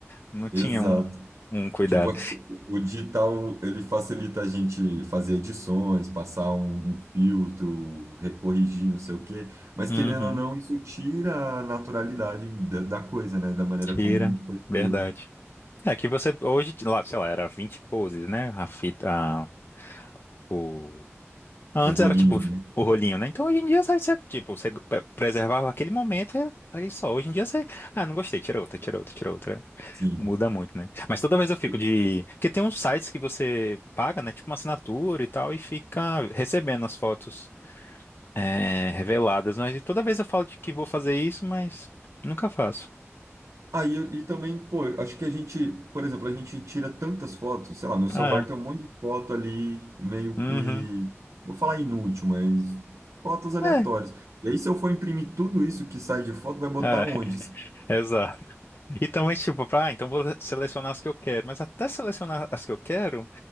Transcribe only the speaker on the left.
Não tinha
um, um cuidado.
Uhum.
Tira.
Verdade.
É que você hoje, lá, sei lá, era 20 poses, né? A fita, a- o... Antes
era tipo
o rolinho, né? Então hoje em dia, sabe, você, tipo, você pe- preservava aquele momento e era- aí só. Hoje em dia você, ah, não gostei, tira outra, tira outra, tira outra.
Muda muito, né? Mas toda vez eu fico
de. Porque tem uns sites que você paga, né? Tipo uma assinatura e tal, e fica recebendo as fotos é, reveladas. Mas toda vez eu falo de que vou fazer isso, mas nunca faço.
É.
Uhum.
É.
É, <laughs>
exato. E também, tipo, pra- ah, então vou selecionar as que eu quero. Mas até selecionar as que eu quero,